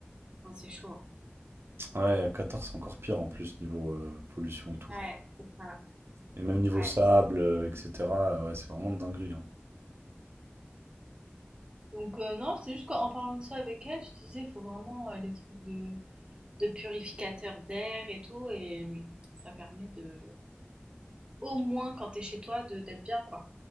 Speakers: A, on the right; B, on the right.
A: Non, c'est chaud. hein.
B: Ouais, à Qatar, c'est encore pire en plus, niveau euh, pollution et tout,
A: Ouais,
B: je crois.
A: c'est ça.
B: Et même niveau
A: Ouais,
B: sable,
A: c'est ça.
B: euh, etc. euh, Ouais, c'est vraiment de dinguerie. hein.
A: Donc, euh, non, c'est juste qu'en parlant de ça avec elle, je disais, il faut vraiment euh, les trucs de de purificateur d'air et tout. Et ça permet de, au moins quand t'es chez toi, de d'être bien, quoi.